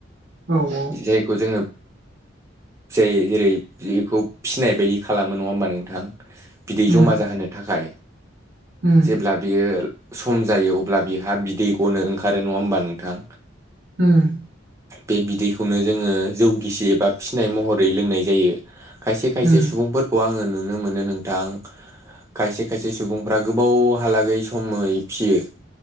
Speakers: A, on the right (about 65°); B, on the right (about 15°).
A: औ औ
B: जायखौ जोङो जाय जेरै बेखौ फिसिनाय बायदि खालामो नङा होमबा नोंथां। बिदै
A: उम
B: जमा जाहोनो थाखाय
A: उम
B: जेब्ला। बियो सम जायो अब्ला बिहा बिदै गनो ओंखारो नङा होमबा नोंथां
A: होम
B: बे बिदैखौनो जोङो जौगिसि एबा फिसिनाय महरै लोंनाय जायो खायसे खायसे
A: उम
B: सुबुंफोरखौ आङो नुनो मोनो नोंथां। खायसे खायसे सुबुंफ्रा गोबावहालागै समै फिसियो